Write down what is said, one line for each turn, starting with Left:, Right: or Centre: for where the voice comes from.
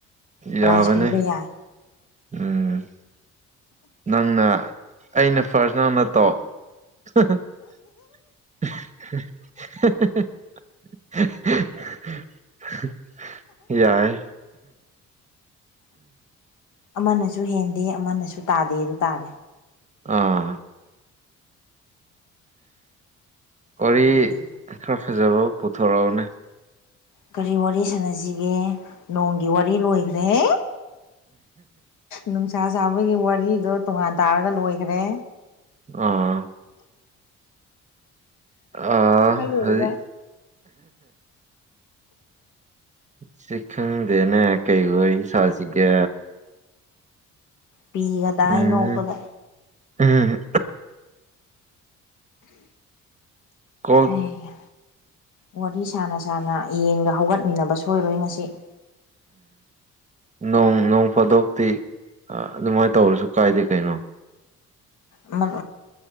Left: ꯄ꯭ꯔꯥꯏꯖ
Right: ꯌꯥꯕꯅꯦ
Left: ꯄꯤꯕ ꯌꯥꯏ
Right: ꯎꯝ ꯅꯪꯅ ꯑꯩꯅ ꯐꯥꯔꯁ ꯅꯪꯅ ꯇꯣꯞ <unintelligible> <unintelligible> ꯌꯥꯏ
Left: ꯑꯃꯅꯁꯨ ꯍꯦꯟꯗꯦ ꯑꯃꯅꯁꯨ ꯇꯥꯗꯦ ꯑꯗꯨ ꯇꯥꯔꯦ
Right: ꯑꯥ ꯋꯥꯔꯤꯔ
Left: ꯅꯨꯡꯉꯥꯏꯗꯧꯔꯦ
Right: ꯈꯖꯕ ꯄꯣꯊꯔꯎꯅꯦ
Left: ꯀꯔꯤ ꯋꯥꯔꯤ ꯁꯥꯟꯅꯁꯤꯒꯦ ꯅꯣꯡꯒꯤ ꯋꯥꯔꯤ ꯂꯣꯏꯈ꯭ꯔꯦꯍ ꯅꯨꯡꯁꯥ ꯁꯥꯕꯒꯤ ꯋꯥꯔꯤꯗꯣ ꯇꯣꯉꯥꯟ ꯇꯥꯔꯒ ꯂꯣꯏꯈ꯭ꯔꯦ
Right: ꯑꯥ ꯑꯥ
Left: ꯂꯣꯏꯔꯒ
Right: ꯍꯧꯗꯤ ꯁꯤ ꯈꯪꯗꯦꯅꯦ ꯀꯩ ꯋꯥꯔꯤ ꯁꯥꯁꯤꯒꯦ
Left: ꯄꯤꯒꯗꯥ
Right: ꯎꯝ
Left: ꯍꯥꯏꯅꯣꯧꯕꯅꯦ
Right: ꯎꯝ ꯀꯣꯜ
Left: ꯑꯩ ꯋꯥꯔꯤ ꯁꯥꯅ ꯁꯥꯥꯟꯅ ꯌꯦꯡꯒ ꯍꯧꯒꯠꯃꯤꯟꯅꯕ ꯁꯣꯏꯔꯣꯏ ꯉꯁꯤ <inaudible>
Right: ꯣꯡ ꯅꯣꯡ ꯐꯥꯗꯣꯛꯇꯤ ꯑꯗꯨꯃꯥꯏꯅ ꯇꯧꯔꯁꯨ ꯀꯥꯏꯗꯦ ꯀꯩꯅꯣ
Left: ꯎꯝ